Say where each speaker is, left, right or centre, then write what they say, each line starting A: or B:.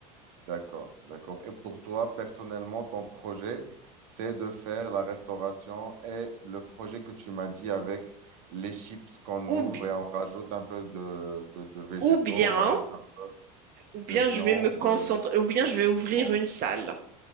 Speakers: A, on the right; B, on the right.
A: D'accord, d'accord. Et pour toi, personnellement, ton projet, c'est de faire la restauration et le projet que tu m'as dit avec les chips qu'on
B: Ou,
A: ouvre
B: bi-
A: et on rajoute un peu de, de, de végétaux,
B: ou bien,
A: on rajoute un peu
B: ou
A: de
B: bien
A: viande,
B: je vais me concentrer,
A: de,
B: ou bien
A: de sauce
B: je vais ouvrir
A: blanche.
B: une salle,